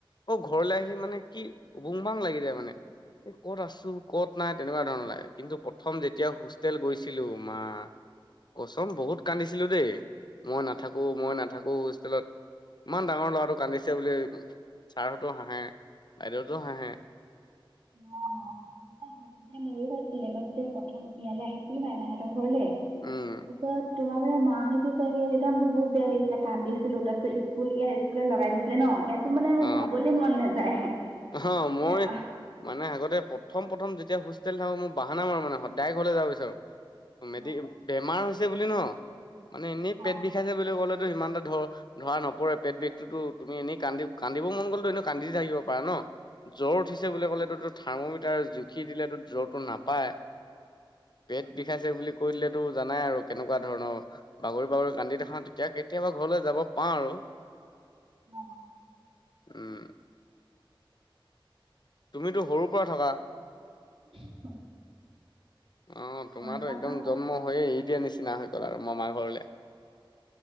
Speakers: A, on the left; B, on the right.
A: অ ঘৰলৈ আহিলি মানে কি বুং বাং লাগি যায় মানে। এই কত আছো, ক'ত নাই তেনেকুৱা ধৰণৰ লাগে। কিন্তু প্ৰথম যেতিয়া হোষ্টেল গৈছিলো মা কচন বহুত কান্দিছিলো দেই, মই নাথাকো মই নাথাকো হোষ্টেলত ইমান ডাঙৰ ল'ৰাটো কান্দিছে বুলি ছাৰহঁতো হাঁহে, বাইদেউতো হাঁহে,
B: <unintelligible> মই যেতিয়া প্ৰথম ইয়ালৈ আহিছিলো ন <unintelligible> <unintelligible>
A: উম
B: পিছত তোমাৰ মান মাহ সেইটো চাগে যেতিয়া মোৰ বহুত বেয়া লাগিছিলে কান্দিছিলো তাৰপিত স্কুল ইয়াত স্কুলত লগাই দিছিলে ন ইয়াত তাৰ মানে মোৰ
A: অ
B: যাবলৈ মন নাযায়ে তেতিয়া।
A: অ মই মানে আগতে প্ৰথম প্ৰথম যেতিয়া হোষ্টেল থাকো মোৰ বাহান নাম আৰু মানে সদায় ঘৰলৈ যাব বিচাৰো।
B: অ
A: মেডিকেল, বেমাৰ হৈছে বুলি ন মানে এনেই পেট
B: অ
A: বিষাইছে বুলি ক'লে সিমানটা ধ ধৰা নপৰে পেট বেগটো তুমি এনেই কান্দি কান্দিব মন গ'লতো এনে কান্দি থাকিব পাৰে ন, জ্বৰ উঠিছে বুলি কলে তৰ থাৰ্মমিটাৰ জুখি দিলেতো জ্বৰটো নাপায়, পেট বিষাইছে বুলি কৈ দিল টো জানাই আৰু কেনেকুৱা ধৰণৰ বাগৰি বাগৰি কান্দি দেখাও তেতিয়া কেতিয়াবা ঘৰলৈ যাব পাওঁ আৰু।
B: অ।
A: উম। তুমিতো সৰুৰ পৰা থকা?
B: অ
A: অ তোমাৰো
B: সৰুৰ পৰা
A: একদম
B: থকা
A: জন্ম হয় এৰি দিয়া নিচিনা হৈ গ'ল আৰু মামাৰ ঘৰলৈ।